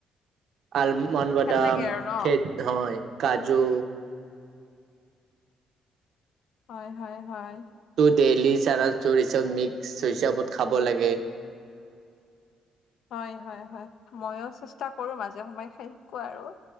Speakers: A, on the right; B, on the left.
A: আলমণ্ বাদাম
B: ভাল লাগে আৰু ন
A: খে হয় কাজু।
B: হয়, হয়, হয়।
A: দেলি চানা চোৰিচব মিক্স <unintelligible> হিচাবত খাব লাগে।
B: হয় হয় হয় মইয়ো চেষ্টা কৰো মাজে সময়ে খাই শিকো আৰু।